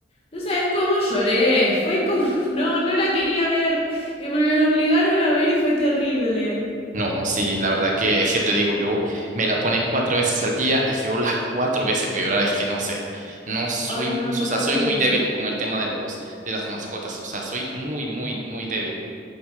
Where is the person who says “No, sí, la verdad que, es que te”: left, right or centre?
Right